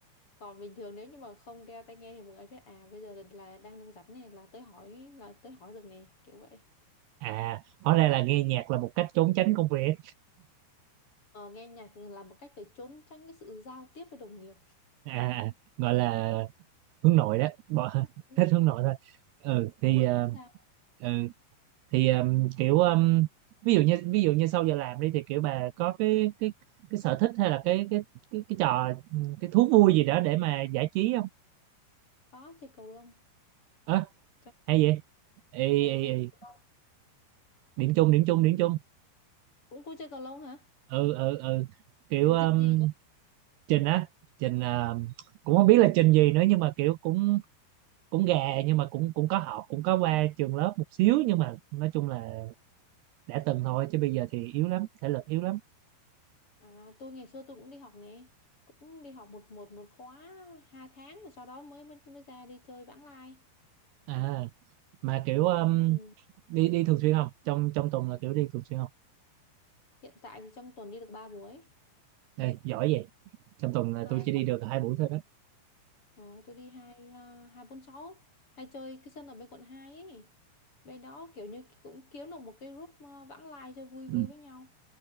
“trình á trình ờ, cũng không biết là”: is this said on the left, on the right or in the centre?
Right